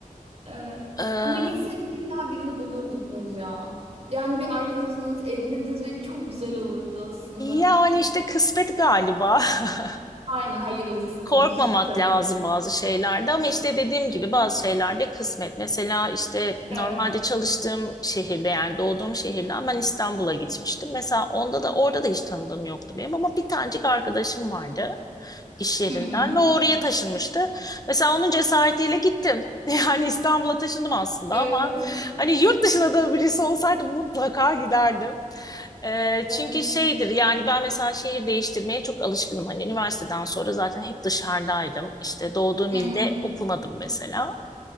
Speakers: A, on the right; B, on the left.
A: Evet.
B: Ee,
A: Ama gitseniz illa birini bulurdunuz ya. Yani bir arkadaşınız edinirdiniz ve çok güzel olurdu aslında.
B: yani işte kısmet galiba. <laughs>
A: Aynen hayırlısıymış
B: korkmamak
A: tabii
B: lazım
A: ki.
B: bazı şeylerde ama işte dediğim gibi bazı şeylerde kısmet. Mesela işte
A: Evet.
B: normalde çalıştığım şehirde yani doğduğum şehirden ben İstanbul'a gitmiştim. Mesela onda da orada da hiç tanıdığım yoktu benim ama bir tanecik arkadaşım vardı iş yerinden
A: Hı hı.
B: ve oraya taşınmıştı. Mesela onun cesaretiyle gittim. <laughs> Yani İstanbul'a taşındım aslında
A: Evet.
B: ama hani yurt dışında da birisi olsaydı mutlaka giderdim. Ee,
A: Evet.
B: çünkü şeydir yani ben mesela şehir değiştirmeye çok alışkınım. Hani üniversiteden sonra zaten hep dışarıdaydım. İşte doğduğum
A: Hı
B: ilde
A: hı.
B: okumadım mesela.